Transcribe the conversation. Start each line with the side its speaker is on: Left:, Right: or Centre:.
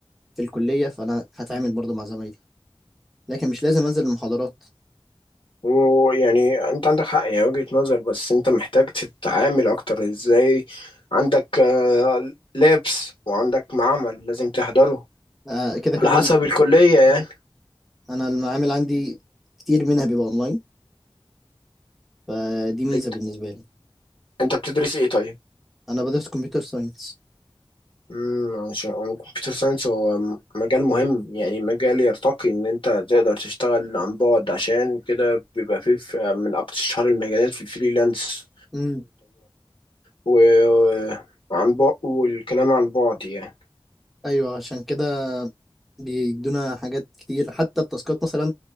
Centre: في الكلية فأنا هتعامل برضو مع زمايلي لكن مش لازم أنزل المحاضرات
Left: ويعني أنت عندك حق هي وجهة نظر بس أنت محتاج تتعامل أكتر إزاي عندك آه، لابس وعندك معمل لازم تحضره
Centre: آه، كده
Left: على
Centre: كده
Left: حسب الكلية يعني
Centre: أنا المعامل عندي كتير منها بيبقى أونلاين فدي ميزة
Left: أنت
Centre: بالنسبة لي
Left: أنت بتدرس إيه طيب؟
Centre: أنا بدرس كمبيوتر ساينس
Left: امم عشان كمبيوتر ساينس هو م- مجال مهم يعني مجال يرتقي ان انت تقدر تشتغل عن بعد عشان كده بيبقى فيه في- من اكتر شهر المجالات في الفريلانس
Centre: أمم
Left: وعن بعد والكلام عن بعد يعني
Centre: أيوه عشان كده بيدونا حاجات كتير حتى التاسكات مثلا